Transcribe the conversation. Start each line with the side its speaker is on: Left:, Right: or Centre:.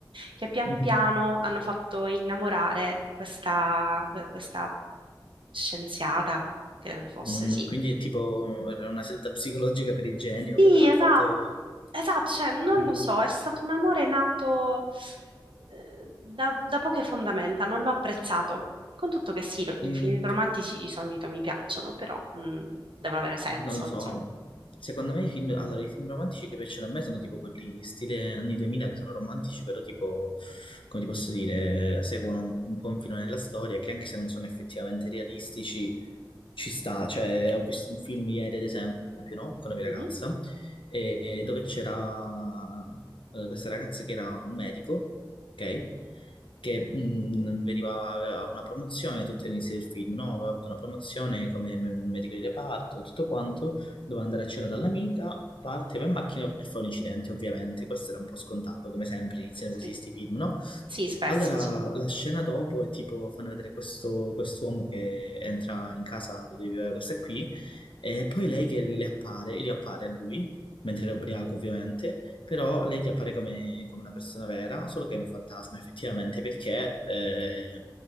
Right: che pian
Left: Mhm.
Right: piano hanno fatto innamorare questa, que- questa scienziata, che fosse,
Left: Mm,
Right: sì.
Left: quindi è tipo era una seduta psicologica per il genio
Right: Sì,
Left: che però
Right: esatto,
Left: ha fatto...
Right: esatto, cioè non
Left: Mm,
Right: lo so, è stato un amore nato eh, da, da poche fondamenta, non l'ho apprezzato. Con tutto che sì, lo- i
Left: mm.
Right: film romantici di solito mi piacciono, però mm, devono avere senso,
Left: Non lo so,
Right: insomma.
Left: secondo me i film, allora, i film romantici che piacciono a me sono tipo quelli stile anni 2000 che sono romantici, però tipo, come ti posso dire, seguono un, un po' un filone della storia che anche se non sono effettivamente realistici, ci sta. Cioè, ho visto un film ieri, ad esempio, no? Con la mia
Right: Mhm.
Left: ragazza, e- dove c'era eh, questa ragazza che era un medico, ok? che mh, veniva, aveva una promozione tutto all'inizio del film, no? Aveva avuto una promozione come me- medico di reparto e tutto quanto, doveva andare a cena dall'amica, parte, va in macchina e fa un incidente, ovviamente, questo era un po' scontato, come sempre iniziano
Right: Sì,
Left: così sti film, no?
Right: sì, spesso
Left: Allora,
Right: sì.
Left: la scena dopo è tipo, fanno vedere questo quest'uomo che entra in casa dove viveva questa qui, e poi lei che le appare, gli appare a lui, mentre era ubriaco ovviamente, però lei gli appare come, come una persona vera, solo che è un fantasma effettivamente, perché eh,